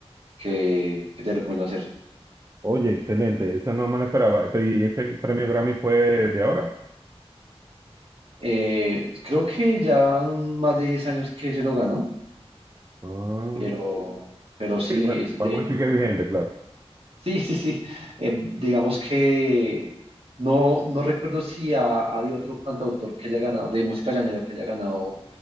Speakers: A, on the right; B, on the right.
A: que, que te recomiendo hacer.
B: Oye, excelente. Esa no me la esperaba. Pero, ¿y ese premio Grammy fue de ahora?
A: Eh, creo que ya más de 10 años que se lo ganó,
B: Ah,
A: pero, pero sí,
B: sí, bueno,
A: es,
B: vamos
A: de hecho
B: a decir que es vigente, claro.
A: Sí, sí, sí. Eh, digamos que no, no recuerdo si ha- hay otro cantautor que haya ganado, de música llanera, que haya ganado